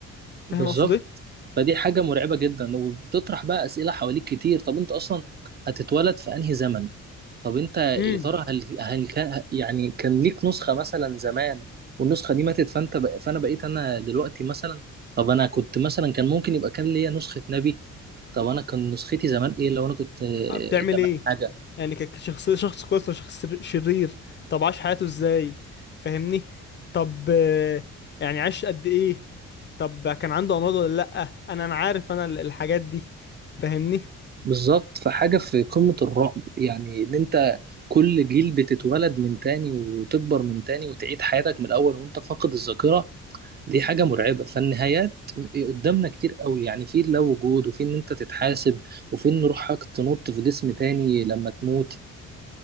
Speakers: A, on the left (about 35°); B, on the right (about 35°).
A: فاهم
B: بالظبط
A: اقصد ايه
B: فدي حاجة مرعبة جدا وبتطرح بقى أسئلة حواليك كتير طب أنت أصلا هتتولد في أنهي زمن؟ طب أنت يا
A: امم
B: ترى هل, هل كان يعني كان ليك نسخة مثلا زمان والنسخة دي ماتت فأنت بق... فأنا بقيت أنا دلوقتي مثلا طب أنا كنت مثلا كان ممكن يبقى كان ليا نسخة نبي طب أنا كان نسختي زمان إيه لو أنا كنت آه،
A: بتعمل
B: زمان
A: ايه
B: حاجة
A: يعني ك- كشخص شخص كويس ولا شخص شر- شرير طب عاش حياته ازاي فاهمني طب آه، يعني عاش قد ايه طب كان عنده امراض ولا لا انا انا عارف انا ال- الحاجات دي فاهمني
B: بالظبط فحاجة في قمة الرعب يعني إن أنت كل جيل بتتولد من تاني وتكبر من تاني وتعيد حياتك من الأول وأنت فاقد الذاكرة دي حاجة مرعبة فالنهايات قدامنا كتير قوي يعني في اللا وجود وفي ان انت تتحاسب وفي ان روحك تنط في جسم تاني لما تموت